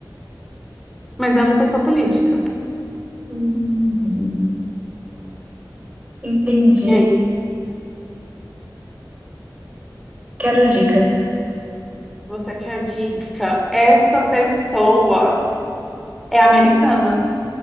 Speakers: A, in the centre; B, on the right (about 20°).
A: mas é uma pessoa política.
B: Hum. Entendi.
A: E aí,
B: Quero dica.
A: você quer a dica? Essa pessoa é americana.